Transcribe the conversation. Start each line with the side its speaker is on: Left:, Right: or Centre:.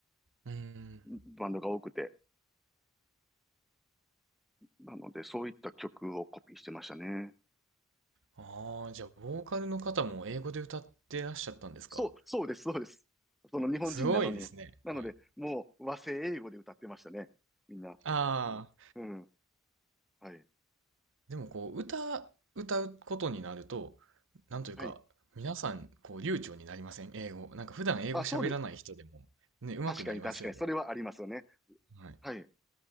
Right: うーん。
Centre: バンドが多くて、なので、そういった曲をコピーしてましたね。
Right: ああ、じゃあボーカルの方も英語で歌ってらっしゃったんですか
Centre: そう、そうです、そうです。その日本人なのに。
Right: すごいですね。
Centre: なので、
Right: はい。
Centre: もう和製英語で歌ってましたね。みんな。
Right: ああ、
Centre: うん。はい。
Right: でもこう、歌、歌うことになると、なんというか、
Centre: はい。
Right: 皆さん、こう、流暢になりません英語。なんか普段英語喋らない人でも、
Centre: あ、そうで、
Right: ね、上手くなりますよね。
Centre: 確かに確かに、それはありますよね。
Right: はい。
Centre: はい。